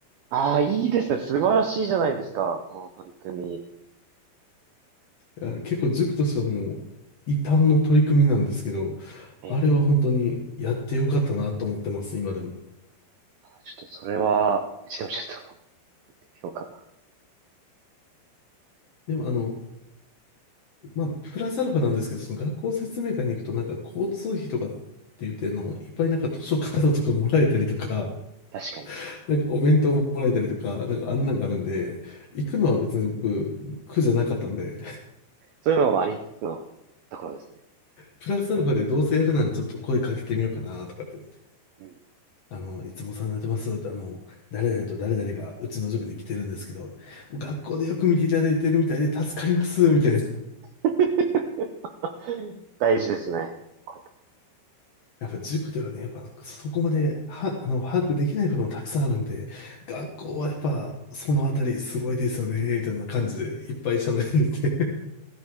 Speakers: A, on the right; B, on the left.
A: ああー、いいですね。素晴らしいじゃないですか。その取り組み。
B: いや結構塾としてはもう、異端の取り組みなんですけど、
A: ええ、
B: あれは本当にやってよかったなと思ってます、今でも。
A: ちょっとそれは、うちでもちょっと、言ってみようかな。
B: でもあの、まあ、プラスアルファなんですけど、その学校説明会に行くとなんか交通費とかって言ってあの、いっぱいなんか図書カードとかもらえたりとか、
A: うん確かに。
B: <laughs> なんかお弁当もらえたりとか、なんかあんなんがあるんで、行くのは別に僕、苦じゃなかったんで、
A: そういうのもありつつのところですね。
B: プラスアルファでどうせやるならちょっと声かけてみようかなとかって
A: うん。
B: あの、いつもお世話になってます。あの、誰々と誰々がうちの塾に来てるんですけど、学校でよく見ていただいてるみたいで助かります、みたいな。
A: <laughs> 大事ですね。これから
B: やっぱ塾ではね、やっぱそこまでは、あの、把握できないこともたくさんあるんで、学校はやっぱそのあたりすごいですよね、みたいな感じでいっぱい喋っていて。